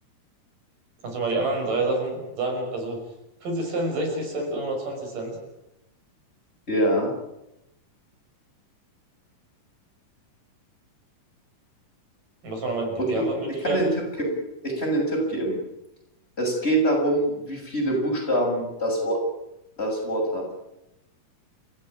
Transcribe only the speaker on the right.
Kannst du mal die anderen drei Sachen sagen? Also 40 Cent, 60 Cent und hundertzwanzig Cent.
Und was waren nochmal die,
die Antwortmöglichkeiten?